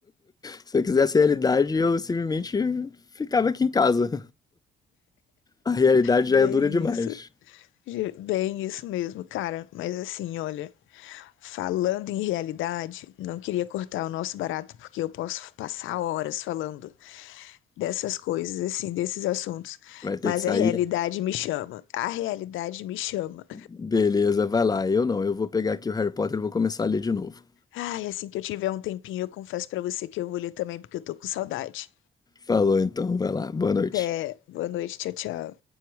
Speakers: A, on the left; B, on the left.
A: Se eu quisesse realidade, eu simplesmente ficava aqui em casa. A realidade
B: Bem
A: já é dura demais.
B: isso, ge- bem isso mesmo, cara. Mas assim, olha, falando em realidade, não queria cortar o nosso barato porque eu posso passar horas falando. dessas coisas, assim, desses assuntos.
A: Vai ter
B: Mas
A: que sair?
B: a realidade me chama. A realidade me chama.
A: Beleza, vai lá. Eu não, eu vou pegar aqui o Harry Potter e vou começar a ler de novo.
B: Ai, assim que eu tiver um tempinho, eu confesso pra você que eu vou ler também, porque eu tô com saudade.
A: Falou então, vai lá. Boa noite.
B: Até boa noite, tchau, tchau.